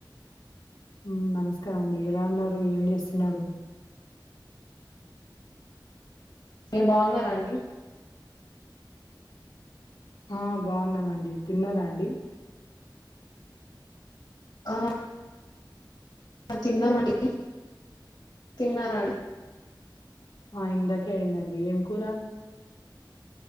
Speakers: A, on the left; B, on the left.
A: మ్మ్ నమస్కారం అండి ఎలా ఉన్నారు ఏం చేస్తున్నారు
B: మీరు బాగున్నారా అండి
A: ఆ బాగున్నామండి తిన్నారా అండి
B: ఆ ఆ తిన్నమండి తిన్నారా అండి
A: ఆ ఇందాకే అయిందండి ఏం కూర